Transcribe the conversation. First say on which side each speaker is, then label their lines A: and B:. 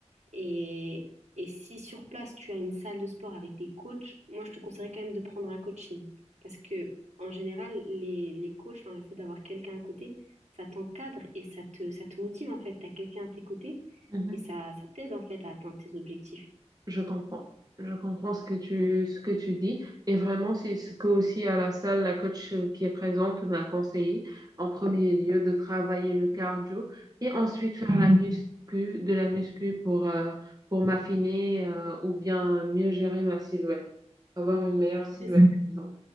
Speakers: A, on the right (about 75°); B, on the right (about 35°).
A: Et, et si sur place tu as une salle de sport avec des coachs, moi je te conseillerais quand même de prendre un coaching. Parce que en général, les, les coachs, enfin, le fait d'avoir quelqu'un à côté, ça t'encadre et ça te, ça te motive en fait. Tu as quelqu'un à tes côtés
B: Mhm.
A: et ça, ça t'aide en fait à atteindre tes objectifs.
B: Je comprends. Je comprends ce que tu, ce que tu dis. Et vraiment, c'est ce que aussi à la salle, la coach euh, qui est présente m'a conseillé, en premier lieu, de travailler le cardio et ensuite faire la muscu, de la muscu pour, euh, pour m'affiner euh, ou bien mieux gérer ma silhouette, avoir une meilleure silhouette,
A: Mhm.
B: disons.